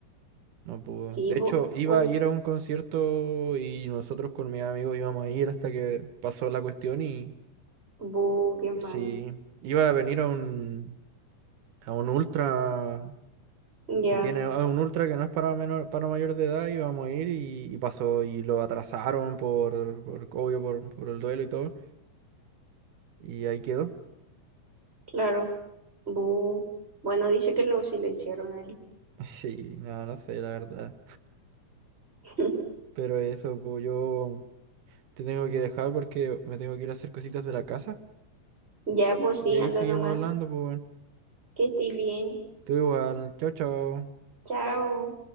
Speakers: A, on the right; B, on the right.
A: no pudo.
B: sí,
A: De
B: bu,
A: hecho, iba
B: un
A: a ir a un concierto y nosotros con mis amigos íbamos a ir hasta que pasó la cuestión y
B: Boogeyman.
A: sí, iba a venir a un, a un ultra
B: Ya,
A: que tiene a un ultra que no es para menor, para mayor de edad y vamos a ir y, y pasó y lo atrasaron por, por obvio por, por el duelo y todo y ahí quedó.
B: claro. Bu, bueno, dice que lo silenciaron a él.
A: <laughs> Sí, no, no sé la verdad.
B: <laughs>
A: Pero eso, pues yo te tengo que dejar porque me tengo que ir a hacer cositas de la casa.
B: Ya, pues
A: Y
B: sí,
A: ahí
B: anda
A: seguimos
B: nomás.
A: hablando, pues bueno.
B: Que estés bien.
A: Tú igual, chao, chao.
B: Chao.